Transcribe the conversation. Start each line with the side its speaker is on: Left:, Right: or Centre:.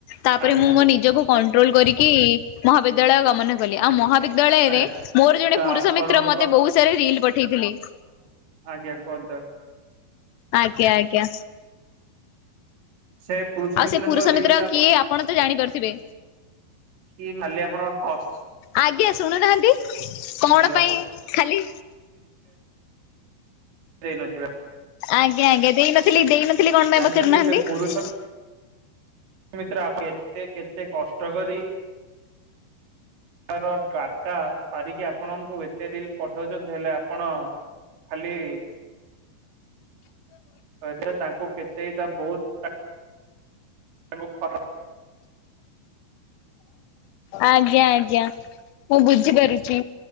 Left: ତାପରେ
Right: ଆଜ୍ଞା
Left: ମୁଁ ମୋ ନିଜକୁ କଣ୍ଟ୍ରୋଲ କରିକି ମହାବିଦ୍ୟାଳୟ ଗମନା କଲି। ଆଉ ମହା ବିଦ୍ୟାଳୟରେ
Right: ଆଜ୍ଞା
Left: ମୋର ଜଣେ
Right: ତ
Left: ପୁରୁଷ
Right: ଆପଣଙ୍କର
Left: ମିତ୍ର ମତେ ବହୁତ ସାର ରିଲ ପଠେଇଥିଲେ।
Right: ଆଜ୍ଞା କୁହନ୍ତୁ?
Left: ଆଜ୍ଞା, ଆଜ୍ଞା।
Right: ସେ ପୁରୁଷ
Left: ଆଉ
Right: ମିତ୍ରଙ୍କ
Left: ସେ ପୁରୁଷ
Right: ରିଲ
Left: ମିତ୍ର
Right: ଟା
Left: କିଏ, ଆପଣ ତ ଜାଣିପାରୁଥିବେ।
Right: କିଏ ନାଲି ଆପଣ ହସ୍
Left: ଆଜ୍ଞା ଶୁଣୁନାଁହାନ୍ତି ।କଣ
Right: ଦେଇଥିବେ
Left: ପାଇଁ
Right: ଆପଣ
Left: ଖାଲି
Right: ଦେଇ ନଥିବା
Left: ଆଜ୍ଞା ଆଜ୍ଞା। ଦେଇନଥିଲି ଦେଇନଥିଲି କଣ, ପାଇଁ
Right: ଜାଣିଛନ୍ତି
Left: ପଚାରୁ ନାହାନ୍ତି?
Right: ସେ ପୁରୁଷ ମିତ୍ର ଆପ- କେତେ, କେତେ କଷ୍ଟ କରି ତାର ଡାଟା ସାରିକି ଆପଣଙ୍କୁ ଏତେ ରିଲ ପଠଉଛନ୍ତି ।ହେଲେ ଆପଣ ଖାଲି ରେ ତାଙ୍କୁ କେତେଟା ବହୁତ ତାଙ୍କୁ ଖରାପ
Left: ଆଜ୍ଞା ଆଜ୍ଞା। ମୁଁ ବୁଝିପାରୁଛି,